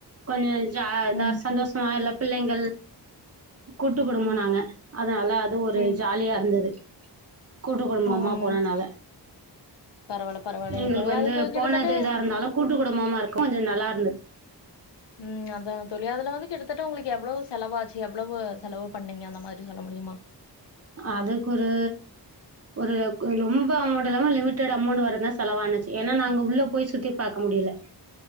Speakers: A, on the right; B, on the left.
A: கொஞ்ச ஜா
B: ம்
A: த சந்தோசமா எல்லா பிள்ளைங்கள் கூட்டு குடும்போ
B: ம்
A: நாங்க அதனால அது ஒரு
B: ம்
A: ஜாலியா அருந்தது கூட்டு குடு
B: ம்
A: போனனால
B: <inaudible> பரவால்லைங்க
A: எங்களுக்
B: தோழி
A: வந்து
B: அதுக்கு கிட்டத்தட்ட
A: போனது இதா இருந்தாலு கூட்டு குடும்மமா இருக்கு <unintelligible> நல்லா இருந்துச்
B: ம் அதா தோழி அதுல வந்து கிட்டத்தட்ட உங்ளுக்கு எவ்ளோ செலவாச்சி எவ்ளவு செலவு பண்ணீங்க அந்த மாரி சொல்ல முடியுமா
A: அதக் ஒரு ஒரு அக் கு ரொம் அமோண்ட் எல்லாம லிமிடடா அமோண்ட் வரந்தா செலவானுச் ஏன்னா நாங்க உள்ள போய் சுத்தி பாக்க முடிய்ல